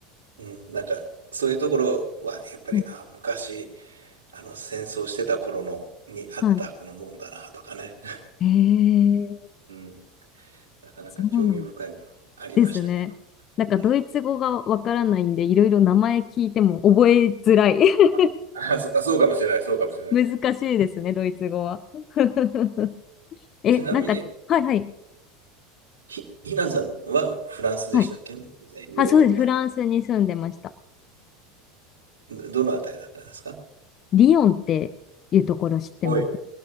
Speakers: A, on the right; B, on the left.
A: うん、なんか、そういうところは、やっぱり、
B: うん
A: あ、昔、あの、戦争してた頃の、にあったこの門だな、
B: は
A: とかね。<laughs>
B: い。ええー、
A: うん、なかなか興味深いものありましたけど。
B: そうなんです。ですね。なんか、
A: うん、
B: ドイツ語がわからないんで、いろいろ名前聞いても覚えづらい。<laughs>
A: あ、あ、そあそうかもしれない、そうかもしれない。
B: 難しいですね、ドイツ語は。<laughs>
A: <laughs>
B: え、
A: ちなみに、
B: なんか、はいはい。
A: ひ、ひなさんはフランスでしたっけ以前ヨーロッパ。
B: はい。あ、そうです。フランスに住んでました。
A: どどのあたりだったんですか
B: リヨンっていうところ知ってます
A: おい。